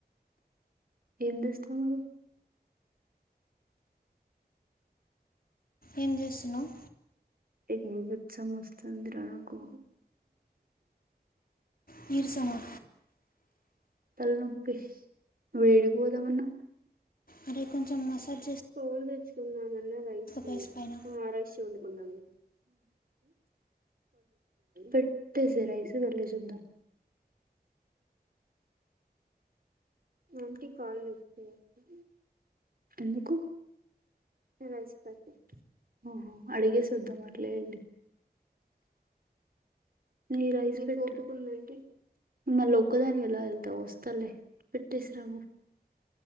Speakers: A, on the right; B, on the left.
A: ఏం దెస్తవ్ మరి
B: ఏం జూస్తున్నవ్
A: ఏ నీరసం వస్తుంది నాకు
B: నీరసం ఆ
A: తలనొప్పి, నువ్ ఏడిపోదామన్నవ్?
B: అరె కొంచం మసల్
A: ఓర్ తెచ్చుకుందాం నన్న రైస్ నీ
B: ఫేస్ పైన
A: ఆరై <unintelligible> వండుకున్నాం పెట్టేసేయ్ రైసు వెళ్లి చూద్దాం ఆంటి కాల్ లిఫ్ట్ చేయట్లే, ఎందుకు రైస్ పెట్టి ఓహో అడిగేసద్దాం అట్ల పెళ్లి. నీ రైసు <unintelligible> మళ్ళ ఒక్కదావెలా ఎల్తవ్, వస్తలే పెట్టసిరా